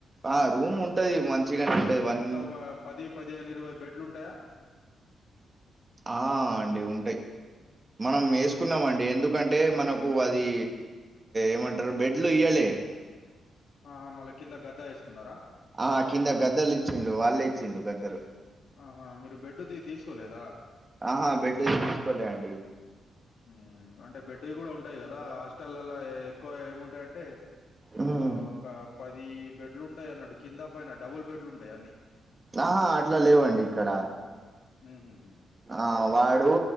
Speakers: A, on the right; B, on the left.
A: ఆ రూమ్ ఉంటది మంచిగానే ఉంటది వన్
B: ఎంత ఒక పది పదిహేను, ఇరవై బెడ్లు ఉంటాయా
A: ఆ అండి ఉంటాయి మనం వేసుకున్నాం
B: అంటే ఇప్పుడు
A: అండి ఎందు ఎందుకంటే మనకు అది ఏమంటారు బెడ్లు ఇయ్యాలే
B: ఆహా మళ్ళ కింద గద్ద వేసుకున్నారా
A: ఆ
B: పరుపు
A: కింద గద్దలు ఇచ్చిళ్ళు వాళ్ళే ఇచ్చిండు గద్దలు
B: ఆహా మీరు బెడ్ తీ తీసుకోలేదా
A: ఆహా బెడ్డు తీసుకోలే అండి
B: హు అంటే బెడ్డువి కూడా ఉంటాయి కదా, హాస్టల్లాల ఎక్కువ ఏముంటాయి అంటే
A: ఉమ్
B: ఓ ఒక పది బెడ్లు ఉంటాయి అన్నాడు, కింద పైన డబుల్ బెడ్లు ఉంటాయి అన్ని.
A: ఆహా అట్లా లేవండి ఇక్కడ
B: హు హుమ్మ్
A: ఆ వాడు